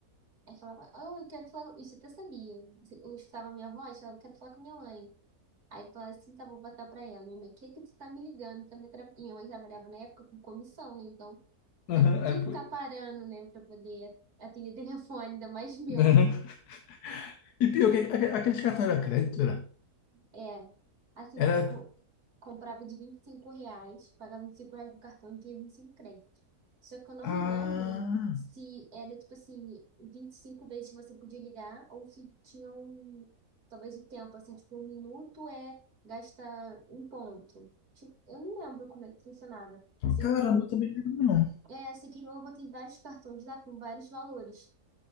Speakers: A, on the right (about 70°); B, on the left (about 80°).
A: Aí falava, oh, eu quero falar... Isso eu até sabia. Assim, Eu escutava a minha voz, falava, eu quero falar com minha mãe. Aí eu falava assim, tá, vou botar pra ela. Minha mãe, o que que tu tá me ligando? Tá me atra- Minha mãe trabalhava na época com comissão, né, então...
B: Aham,
A: Ela não podia
B: era
A: ficar
B: por-
A: parando, né, pra poder atender telefone, ainda mais meu.
B: <laughs> E pior, que aque- aqueles cartões era crédito, era?
A: É, assim,
B: Era.
A: você co- comprava de 25 reais, pagava 25 reais no cartão e tinha 25 créditos. Só que eu não
B: Ah,
A: me lembro se era, tipo assim, 25 vezes que você podia ligar ou se tinha um, talvez o tempo, assim, tipo, um minuto é gasta um ponto. Tipo, eu não lembro como é que funcionava. Sei
B: caramba,
A: que meu,
B: eu também não lembro, não.
A: é, sei que meu avô tem vários cartões lá com vários valores